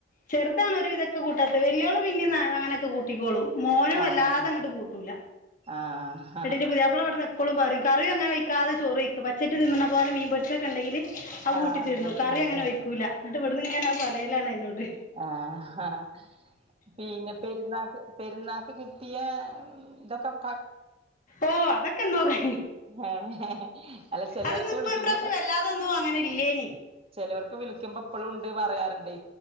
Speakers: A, on the left; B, on the right.
A: ചെറുതാണ് ഒരുവിധം ഇതൊക്കെ കൂട്ടാത്തത് വല്യോള് പിന്നെ അങ്ങനൊക്കെ കൂട്ടിക്കോളും മോനും
B: ആഹ്
A: വല്ലാതെ അങ്ങോട്ട് കൂട്ടൂല്ല
B: ആഹ്
A: ന്നിട്ടിന്റെ പുതിയാപ്പള ഇവിടെന്ന് എപ്പോഴും പറയും കറി അങ്ങനെക്കാതെ ചോറി വക്ക് പച്ച തിന്ന പോലെ മീൻ പച്ചിച്ചൊക്കെണ്ടങ്കിൽ അത് കൂട്ടിതിന്നും
B: ആഹ് അങ്ങനെ തിന്നുല്ലേ
A: കറി അങ്ങനെ ഒഴിക്കൂല ന്നിട്ട് ഇവിടന്ന് ങ്ങനെ പറയലാണ് അ യ്നോട്‌
B: ആ ആഹാ പിന്നെ പെരുന്നാക്ക് പെരുന്ന നാക്ക് കിട്ടിയ ങ് ന്തൊക്കം
A: ഓ ആത കന്നോ കൈ
B: ഏഹ് അല്ല ചെലോർക്ക്
A: അതൊന്നും ഇപ്പ
B: വിളിക്കുമ്പോ
A: പ്രാവശ്യം
B: പറ
A: വല്ലാതെൊന്നും അങ്ങനെ ഇല്ലേനിം
B: ചെലോർക്ക് വിളിക്കുമ്പോ പ്പഴും ഉണ്ട് പറയാറുണ്ട്